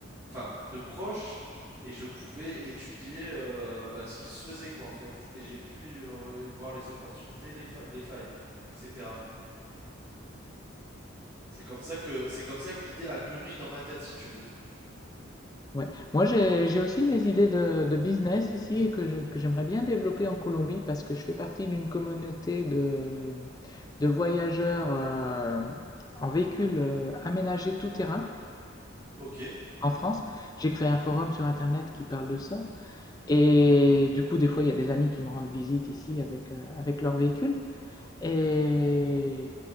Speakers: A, on the right; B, on the left.
A: enfin de proche, et je pouvais étudier euh, bah, ce qui se faisait quoi en fait. Et j'ai pu euh, voir les opportunités, les, fa- les failles, etc. C'est comme ça que c'est comme ça que l'idée a mûri dans ma tête, si tu veux.
B: Ouais. Moi, j'ai, j'ai aussi des idées de, de business ici et que je- que j'aimerais bien développer en Colombie parce que je fais partie d'une communauté de, de voyageurs euh, en véhicule euh, aménagé tout terrain
A: Ok.
B: en France. J'ai créé un forum sur Internet qui parle de ça. Et du coup, des fois, il y a des amis qui me rendent visite ici avec, euh, avec leur véhicule. Et